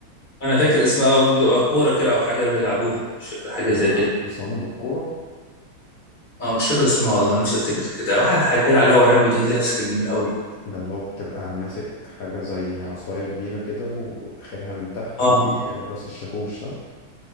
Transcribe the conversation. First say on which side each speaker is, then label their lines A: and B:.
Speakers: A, on the left (about 30°); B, on the left (about 85°).
A: انا فاكر اسمها بتبقى كورة كده او حاجة بيلعبوها مش فاكر حاجة
B: آه،
A: زي كده
B: حصان بالكوره
A: اه مش فاكر اسمها والله نفسي افتكر كده واحد حكى لي عليها ورايا فيديوهات ليها بس كانت جميلة قوي
B: ده اللي هو بتبقى ماسك حاجة زي عصاية كبيرة كده وآخرها من تحت
A: اه
B: زي راس الشاكوش صح؟